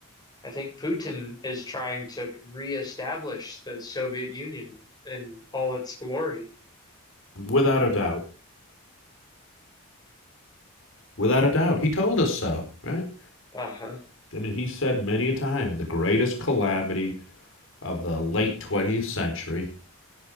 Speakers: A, on the left; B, on the left.
A: I think Putin is trying to reestablish the Soviet Union in all its glory.
B: without a doubt. Without a doubt. He told us so, right?
A: Uh-huh.
B: I mean, he said many a time the greatest calamity of the late 20th century